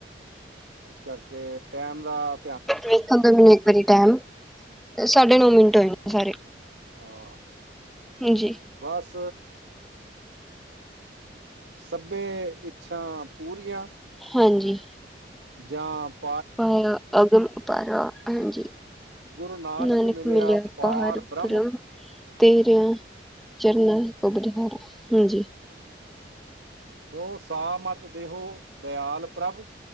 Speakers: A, on the right (about 75°); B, in the centre.
A: ਇਸ ਕਰਕੇ, ਟੈਮ ਨਾਲ।
B: ਵੇਖਣ ਦਿਓ ਮੈਨੂੰ, ਇੱਕ ਵਾਰੀ ਟਾਈਮ। ਤੇ ਸਾਢੇ ਨੌਂ ਮਿੰਟ। ੋ ਹੋਏ ਨੇ
A: ਤੇ,
B: ਸਾਰੇ।
A: ਹਾਂ
B: ਹਾਂਜੀ।
A: ਬਸ ਸੱਭੇ, ਇੱਛਾ, ਪੂਰੀਆਂ।
B: ਹਾਂਜੀ।
A: ਜਾਪ।
B: ਪਾਇਆ, ਅਗਮ ਅਪਾਰਾ, ਹਾਂਜੀ।
A: ਗੁਰੂ
B: ਨਾਨਕ
A: ਮਿਲਿਆ
B: ਮਿਲਆ,
A: ਪਾਰ
B: ਪਾਰਬ੍ਰਹਮ।
A: ਬ੍ਰਹਮ
B: ਤੇਰਿਆਂ, ਚਰਨਾ ਕੋ ਬਲਿਹਾਰੀ। ਹਾਂਜੀ।
A: ਦੋ, ਸਾ ਮਤ, ਦੇਹੋ ਦਿਆਲ, ਪ੍ਰਭ